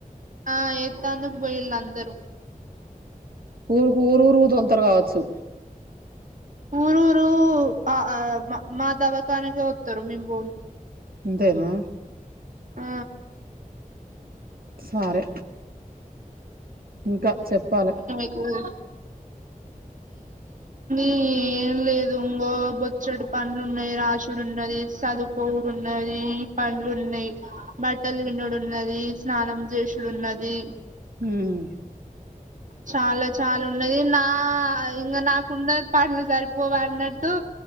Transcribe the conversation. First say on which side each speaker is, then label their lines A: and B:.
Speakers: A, on the right (about 60°); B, on the right (about 85°).
A: ఆ ఏతాందుకు పోయిలా అందరూ
B: ఊరుకు ఊరు ఊరు వెలతారు కావచ్చు
A: ఊరు ఊరు ఆ మా దవఖానకి వస్తారు మేము పోము
B: ఇంతేనా
A: ఆ
B: సరే ఇంకా చెప్పాలి
A: ఏముంది ఏం లేదు ఇంగో బొచ్చడి పనులు ఉన్నాయి రాసుడు ఉన్నది చదుకోవుడు ఉన్నది ఈ పనులు ఉన్నాయి బట్టలు విన్నడున్నది స్నానం చేసుడున్నది
B: హమ్
A: చాలా చాలా ఉన్నది నా ఇంకా నాకున్న పనులు సరిపోవనట్టు